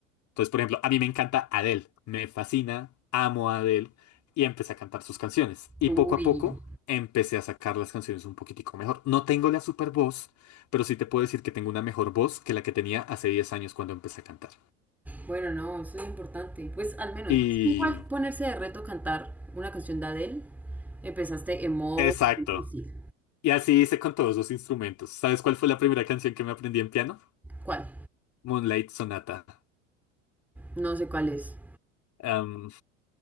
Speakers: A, on the left; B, in the centre.
A: Entonces, por ejemplo, a mí me encanta Adele. Me fascina, amo a Adele. Y empecé a cantar sus canciones. Y
B: Uy.
A: poco a poco empecé a sacar las canciones un poquitico mejor. No tengo la super voz, pero sí te puedo decir que tengo una mejor voz que la que tenía hace 10 años cuando empecé a cantar.
B: Bueno, no, eso es importante. Pues al menos,
A: Y...
B: pues igual ponerse de reto cantar una canción de Adele. Empezaste en modo
A: Exacto.
B: difícil.
A: Y así hice con todos los instrumentos. ¿Sabes cuál fue la primera canción que me aprendí en piano?
B: ¿Cuál?
A: Moonlight Sonata.
B: No sé cuál es.
A: Am,